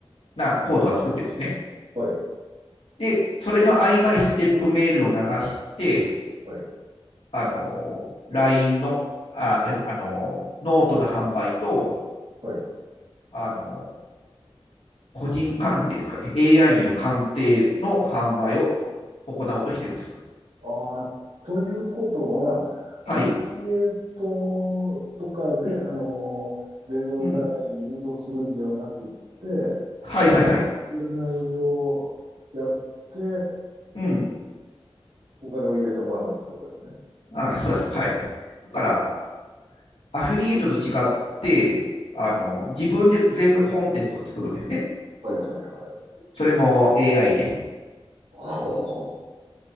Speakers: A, on the left; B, on the right.
A: なコードは作ってるんですね。
B: はい、
A: で、それの合間にステップメールを流して、
B: はい、
A: あの、LINE の、あ、えあの、ノートの販売と、
B: はい。
A: あの、個人鑑定ですかね、AI による鑑定の販売を行おうとしているんです。
B: ああ、ということは、アフィリエイトとかで、
A: はい。うん、
B: あの、電話占いに誘導するんではなくって、
A: うん。はいはいはい。
B: 直接占いをやって、
A: うん。
B: お金を入れてもらうってことですね。
A: あ、そうです。はい。だから、
B: お
A: アフィリエイトと違って、
B: はい、
A: あの、自分で全部コンテンツを作るんですね。
B: はい、はい、はい。
A: それも AI で。
B: おー